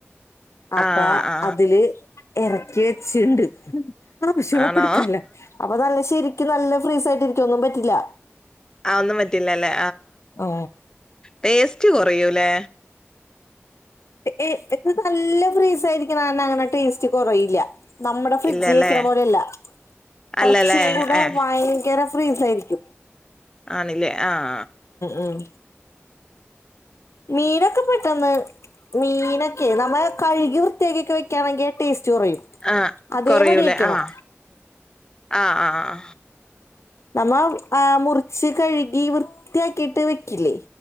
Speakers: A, on the left; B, on the left.
A: അപ്പാ
B: ആ ആ
A: അതില് ഇറക്കി വച്ചീണ്ട്. ആവശ്യള്ളപ്പൊട്ക്കാ
B: ആണോ
A: ലഅപ്പൊ നല്ല ശരിക്കു നല്ല ഫ്രീസായിട്ടിരിക്കു ഒന്നും പറ്റില്ല
B: ആഹ ഒന്നും പറ്റില്ല അല്ലേ
A: ഓ
B: ടേസ്റ്റ് കുറയൂല്ലേ
A: ഏ എത് നല്ല ഫ്രീസായിരിക്കണ കാരണ അങ്ങനെ ടേസ്റ്റ് കൊറയില്ല നമ്മുടെ ഫ്രിഡ്ജ്
B: ഇല്ലല്ലേ
A: വെക്കണ പോലെയല്ല
B: അല്ലല്ലേ
A: കുറച്ചും കൂടെ
B: ഏ
A: ഭയങ്കര സ് ഫ്രീ സായിരിക്കും
B: ആണില്ലേ ആഹ
A: ഉം മീനൊക്കെ പെട്ടെന്ന് മീനൊ <unintelligible> ഓ നമ്മ കഴുകി വൃയക്കൊക്കെ വെക്കാണെങ്ക ടേസ്റ്റ് ചോറിയും
B: ആഹ്
A: അതേപടി
B: കൊറയൂലേ
A: വെക്കണം
B: ആഹ് ആഹ് ആഹ്
A: നമ്മ ആ മുറിച്ച് കഴുകി വൃത്തിയാക്കിട്ട് വെക്കില്ലേ